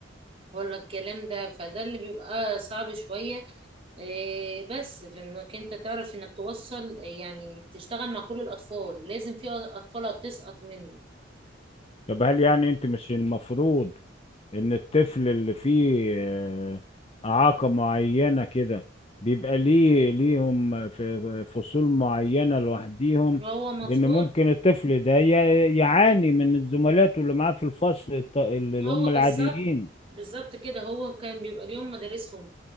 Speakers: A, on the right; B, on the left.
A: ولا الكلام ده فده اللي بيبقى صعب شوية إيه، بس في انك انت تعرف انك توصل يعني تشتغل مع كل الاطفال لازم في اطفال هتسقط منه
B: طب هل يعني انت مش المفروض ان الطفل اللي فيه آه، اعاقة معينة كده بيبقى ليه ليهم في في فصول معينة لوحديهم
A: هو مفروض
B: لان ممكن الطفل ده ي- يعاني من الزملاء اللي معاه في الفصل الط- اللي
A: هو
B: هم العاديين
A: بالظبط بالظبط كده هو كان بيبقى ليهم مدارسهم